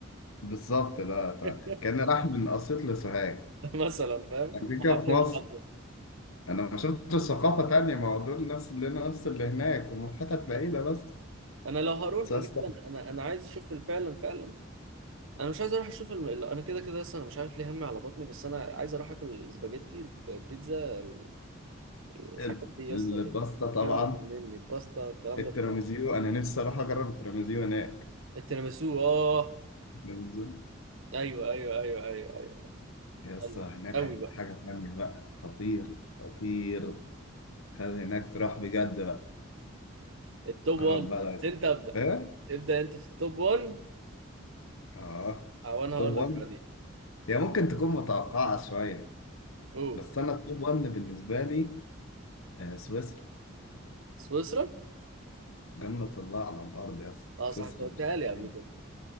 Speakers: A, on the left (about 85°); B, on the right (about 70°).
A: بالظبط ده ده
B: <laughs>
A: كان راح من اسيوط لسوهاج
B: مثلا فاهم
A: كان
B: من
A: كده
B: محافظه
A: كده في مصر
B: لمحافظه
A: انا ما شفتش ثقافه تانية ما هو دول نفس اللي هنا نفس اللي هناك ومن حتت بعيده بس
B: انا لو هروح بجد
A: بس
B: انا انا أنا عايز اشوف فعلا فعلا انا مش عايز اروح اشوف الم... ال- انا كده كده لسه انا مش عارف ليه همي على بطني بس انا عايز اروح اكل الاسباجيتي البيتزا ال- الحاجات
A: ال-
B: دي يا
A: الباستا
B: اسطى اللي بتتكلم
A: طبعا
B: بتجنني الباستا الكلام
A: التراميزيو
B: ده بتكلم.
A: انا نفسي اروح اجرب التراميزيو هناك
B: التيراميسو اه
A: التراميزيو
B: ايوه ايوه ايوه ايوه ايوه
A: يا اسطى
B: ايوه
A: هناك
B: قوي
A: هيبقى
B: بقى
A: حاجه تانية بقى خطير خطير خلي هناك تروح بجد بقى
B: التوب
A: جرب
B: 1
A: بقى لازم
B: انت ابدا
A: ايه
B: ابدا انت في التوب 1
A: اه
B: وانا هقول
A: توب
B: لك
A: 1
B: بعدين
A: هي ممكن تكون متوقعه شويه
B: اوه
A: بس انا التوب 1 بالنسبه لي آه، سويسرا
B: سويسرا
A: جنه الله على الارض يا اسطى
B: اه
A: سويسرا
B: صح انت قلتها
A: مش طبيعيه
B: لي قبل كده